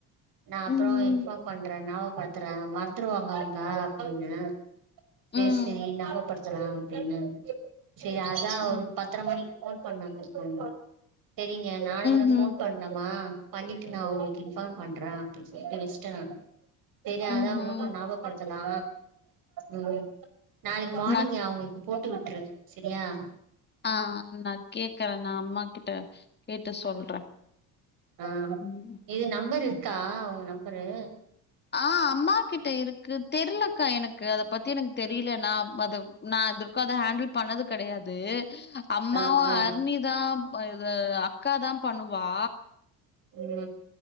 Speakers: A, on the right (about 60°); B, on the left (about 25°).
A: நா அப்றொ
B: ம்
A: இன்பார்ம் பண்றே நா வ் பத்றே மறந்துருவாங்க ங்க அப்டின்னு சேர்
B: ம் ம்
A: செரி நாமப்படு ஜல ன்ன சே அதா
B: ம்
A: ஒரு பத்ர மணி போன் பண்ணாங்க க சரிங்க நானு
B: ம்ஹூம்
A: இன்னு போன் பண்ணுமா பண்ணிட்டு நா உங்ளுக்கு இன்ஃபார்ம் பண்றே அப்டி சொல்ட்டு வச்சட்டே நா சரி அதா
B: ம்ஹூம்
A: உங்கக்கும் நாபகப்படுத்தலா ம் நாள்க்கு மார்னிங்
B: நா
A: மியவ்ங் விட்ரு சரியா
B: அ நா கேக்குறே நா அம்மா கிட்ட கேட்டு சொல்றே
A: அ அ
B: ம்
A: இது நம்பர் இ கா அவ்ங்க நம்பரு
B: அ அம்மா கிட்ட இருக்கு தெர்லக்கா எனக்கு அத பத்தி எனக்கு தெரில நா பது நா துற்கா அத ஹேண்டில் பண்ணது கெடையாது அம்மாவும்
A: ஆ ஆ
B: ஹரிணிதா இத க்காதா பண்ணுவா
A: உ